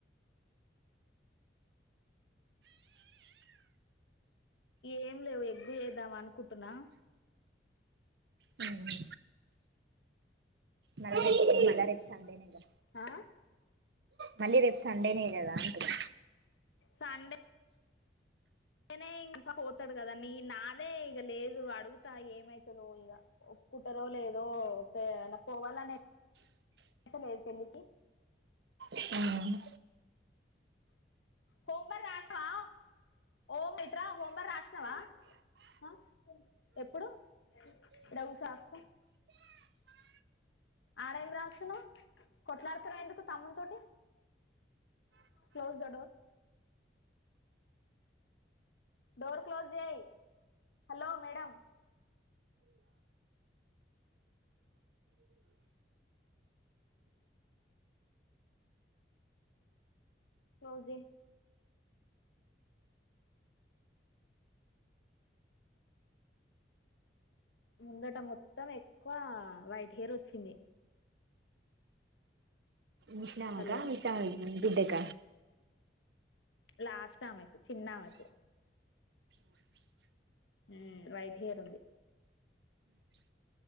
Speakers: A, on the left; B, on the right.
A: ఏం లేవు ఎగ్గు చేద్దాం అనుకుటున్నా
B: హ్మ్ మళ్ళా రేపు మళ్ళా రేపు సండే నే గదా
A: ఆ
B: మళ్ళీ రేపు సండేనే గదా అంటున్న
A: సండే నేనే ఇంకా పోతాడు కదా నీ నాదే ఇక లేదు అడుగుతా ఏమైతదో ఇగ కుటరో లేదో ఓకే అ పోవాలనే <unintelligible> లేద్ పెండ్లికి
B: హ్మ్
A: హోంబర్ రాష్ణవా ఓ మిత్ర హోంబర్ రాష్ణవా ఆ ఎప్పుడు ఇడ గుసో అత్తా ఆడ ఏం రాస్తున్నావ్ కొట్లాడుతున్నావ్ ఎందుకు తమ్మున్ తోటి close the door door close చెయ్ హలో మేడం కోజ్ చెయ్ ముందట మొత్తం ఎక్కువ వైట్ హెయిర్ వచ్చింది
B: విష్ణంకా
A: హలో
B: విషాన్ బిడ్డక
A: లాస్ట్ ఆమెకు చిన్న ఆమెకు ఉ వైట్ హెయిర్ ఉంది